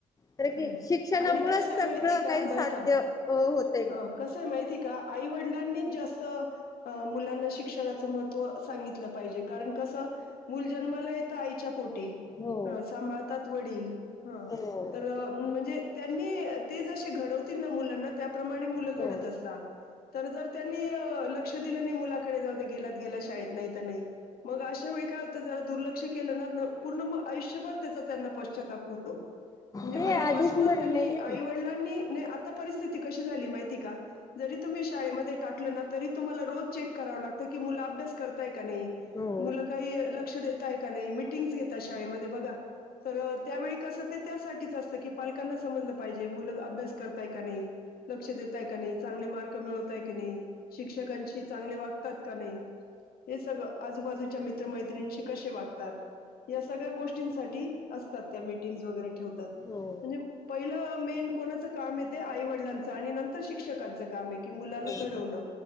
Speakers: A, on the left; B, on the left.
A: तर
B: खरंय
A: की शिक्षणामुळंच
B: आणि कसं
A: सगळं
B: आहे माहिती का
A: काही साध्य
B: बरं का
A: होतंय
B: हं,
A: बा
B: कसं माहिती आहे का आईवडिलांनीच जास्त अ मुलांना शिक्षणाचं महत्त्व सांगितलं पाहिजे कारण कसं मूल जन्माला येतं आईच्या पोटी
A: हो
B: हं सांभाळतात वडील हं.
A: हो
B: तर म्हणजे त्यांनी ते जे घडवतील ना मुलांना त्याप्रमाणे मुलं
A: हो
B: घडत असता. तर जर त्यांनी अ लक्ष दिलं नाही मुलाकडे जाऊ गेलात गेला शाळेत नाही तर नाही. मग अशा वेळी काय होतं. जला दुर्लक्ष केलं ना पूर्ण मग आयुष्यभर त्याचा त्यांना पश्चाताप होतो. म्हणजे
A: ते
B: पहिले
A: आधीच
B: पाासूनच
A: म्हणलेले.
B: त्यांनी आई वडिलांनी नाही आता परिस्थिती कशी झाली माहिती का, जरी तुम्ही शाळेमध्ये टाकलं ना तरी तुम्हाला रोज चेक करावं लागतं की मु अभ्यास कर का नाही
A: हो.
B: मुल काही लक्ष देताय का नाही मि मीटिंग घेतात शाळेमध्ये बघा तर त्यावेळी कसं ते त्यासाठी असत की पालकांना समजलं पाहिजे मुलं अभ्यास करताय का नाही. लक्ष देताय का नाही चांगले मार्क मिळवतय की नाही. शिक्षकांशी चांगले वागतात का नाही. हे सगळं आजूबाजूच्या मित्रमैत्रिनिशी कसे वागतात. या सगळ्या गोष्टींसाठी असतात त्या मीटिंग्स वगैरे ठेवतात.
A: हो
B: म्हणजे पहिलं मेन कोणाचं काम येते आईवडिलांचं आणि नंतर शिक्षकांच. काम आहे की, मुलाला
A: हो.
B: घडवलं